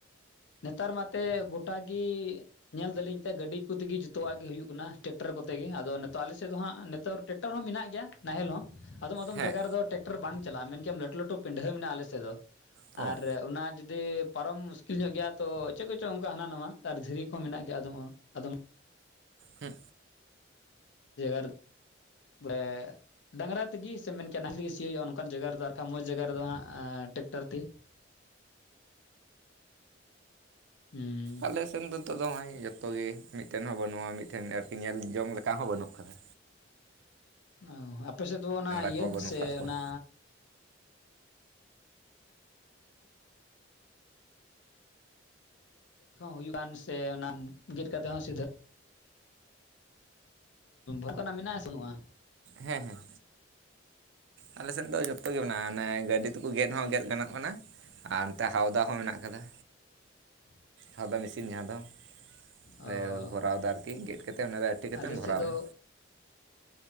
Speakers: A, on the left; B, on the right.
A: ᱱᱮᱛᱟᱨ ᱢᱟᱛᱮ ᱜᱚᱴᱟᱜᱤ ᱧᱮᱞ ᱫᱟᱞᱤᱧ ᱛᱮ ᱜᱟᱹᱰᱤ ᱠᱩᱛᱤᱜᱤ ᱡᱚᱛᱚᱣᱟᱜ ᱜᱮ ᱦᱩᱭᱩᱜ ᱠᱟᱱᱟ᱾ ᱴᱮᱠᱴᱟᱨ ᱠᱚᱛᱮ ᱜᱮᱮ ᱟᱫᱚ ᱱᱤᱛᱚᱜ ᱟᱞᱮ ᱥᱮᱫ ᱫᱚ ᱦᱟᱸᱜ ᱱᱤᱛᱚᱜ ᱴᱮᱠᱴᱟᱨ ᱦᱚᱸ ᱢᱮᱱᱟᱜ ᱜᱮᱭᱟ ᱱᱟᱦᱮᱞ ᱦᱚ ᱟᱫᱚᱢ - ᱟᱫᱚᱢ
B: ᱦᱮᱸ
A: ᱡᱟᱭᱜᱟ ᱨᱮᱫᱚ ᱴᱨᱟᱠᱴᱚᱨ ᱵᱟᱝ ᱪᱟᱞᱟᱜᱼᱟ ᱢᱮᱱᱠᱮᱭᱟᱢ ᱞᱟᱹᱴᱩ ᱞᱟᱹᱴᱩ ᱯᱤᱰᱷᱟᱹ ᱢᱮᱱᱟᱜᱼᱟ᱾ ᱟᱞᱮ ᱥᱮᱫ ᱫᱚ
B: ᱦᱚᱸ
A: ᱟᱨ ᱚᱱᱟ ᱡᱩᱫᱤ ᱯᱟᱨᱚᱢ ᱢᱩᱥᱠᱤᱞ ᱧᱚᱜ ᱜᱮᱭᱟ ᱛᱚ ᱪᱮᱫ ᱠᱚᱪᱚᱝ ᱚᱱᱠᱟ ᱦᱟᱱᱟ ᱱᱟᱣᱟ ᱟᱨ ᱫᱷᱤᱨᱤ ᱠᱚ ᱦᱚᱸ ᱢᱮᱱᱟᱜ ᱜᱮᱭᱟ ᱟᱫᱚᱢ - ᱟᱫᱚᱢ
B: ᱦᱮ
A: ᱟᱨ ᱵᱟᱞᱮ ᱰᱟᱝᱜᱨᱟ ᱛᱮᱜᱮ ᱥᱮ ᱢᱮᱱ ᱠᱮᱭᱟᱢ ᱱᱟᱦᱮᱞ ᱛᱮᱜᱮ ᱥᱤᱭᱳ ᱦᱩᱭᱩᱜᱼᱟ᱾ ᱱᱚᱝᱠᱟᱱ ᱡᱟᱭᱜᱟ ᱨᱮᱫᱚ ᱟᱨᱷᱟᱱ ᱢᱚᱡᱽ ᱡᱟᱭᱜᱟ ᱨᱮᱫᱚ ᱦᱟᱸᱜ ᱴᱮᱠᱴᱟᱨ ᱛᱮ <inaudible> ᱦᱩᱸ
B: ᱟᱞᱮ ᱥᱮᱱ ᱫᱚ ᱱᱤᱛᱚᱜ ᱱᱚᱜᱼᱚᱭ ᱡᱚᱛᱚ ᱜᱮ ᱢᱤᱫ ᱢᱤᱫᱴᱮᱱ ᱦᱚᱸ ᱵᱟᱹᱱᱩᱜᱼᱟ᱾ ᱢᱤᱫᱴᱮᱱ ᱟᱨᱠᱤ ᱧᱮᱞ ᱡᱚᱝ ᱞᱮᱠᱟ ᱦᱚᱸ ᱵᱟᱹᱱᱩᱜ ᱠᱟᱫᱟ᱾
A: ᱚ ᱟᱯᱮ ᱥᱮᱫ ᱫᱚ ᱚᱱᱟ ᱤᱭᱟᱹ
B: ᱠᱚᱦᱚᱸ
A: ᱥᱮ
B: ᱵᱟᱹᱱᱩᱜ ᱟᱠᱟᱫ ᱠᱚᱣᱟ
A: ᱚᱱᱟ ᱦᱩᱭᱩᱜᱱ ᱥᱮ ᱚᱱᱟ ᱜᱮᱫ ᱠᱟᱛᱮᱮᱫ ᱦᱚᱸ ᱥᱤᱫᱷᱟᱹ ᱚᱱᱠᱟᱱᱟᱜ ᱢᱮᱱᱟᱜᱼᱟ ᱥᱮ ᱵᱟᱱᱩᱜᱼᱟ?
B: ᱦᱮᱸ ᱦᱮᱸ ᱟᱞᱮ ᱥᱮᱫ ᱫᱚ ᱡᱚᱛᱚ ᱜᱮ ᱢᱮᱱᱟᱜᱼᱟ᱾ ᱚᱱᱮ ᱜᱟᱹᱰᱤ ᱛᱮᱠᱚ ᱜᱮᱫ ᱦᱚᱸ ᱜᱮᱫ ᱜᱟᱱᱚᱜ ᱠᱟᱱᱟ᱾ ᱟᱨ ᱱᱚᱛᱮ ᱦᱟᱣᱫᱟ ᱦᱚᱸ ᱢᱮᱱᱟᱜ ᱟᱠᱟᱫᱟ᱾
A: <inaudible>
B: ᱦᱟᱶᱫᱟ ᱢᱤᱥᱤᱱ ᱚᱱᱟ ᱫᱚ
A: ᱚ
B: ᱞᱮ ᱵᱷᱚᱨᱟᱣᱫᱟ ᱟᱨᱠᱤ ᱜᱮᱫ ᱠᱟᱛᱮᱫ ᱚᱱᱟᱨᱮ ᱟᱹᱴᱤ ᱠᱟᱛᱮ
A: ᱟᱞᱮ
B: ᱵᱷᱚᱨᱟᱣ
A: ᱥᱮᱫ ᱫᱚ
B: ᱢᱮ